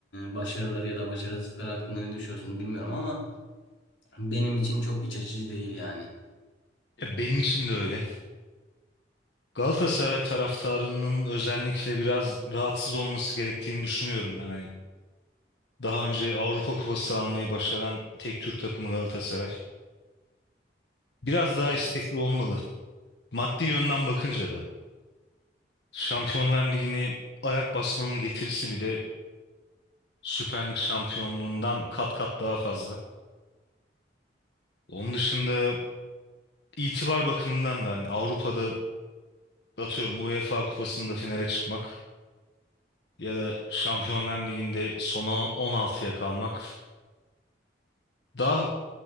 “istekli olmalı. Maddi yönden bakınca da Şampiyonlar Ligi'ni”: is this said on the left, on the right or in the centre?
Left